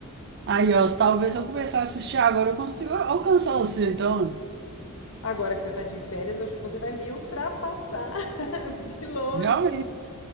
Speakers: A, on the right; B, on the left.
A: Aí, ó, se talvez se eu começar a assistir agora, eu consigo alcançar o seu, então.
B: Agora que você tá de férias, eu acho que você vai me ultrapassar <laughs> de longe.
A: Realmente.